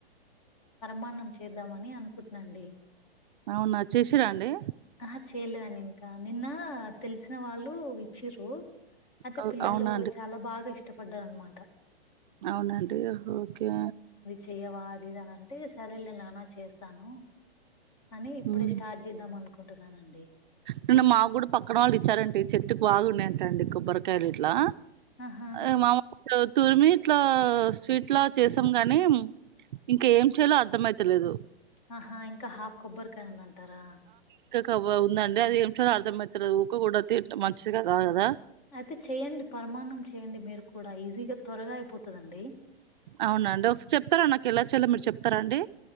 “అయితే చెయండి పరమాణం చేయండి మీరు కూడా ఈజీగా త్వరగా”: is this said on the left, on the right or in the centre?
Left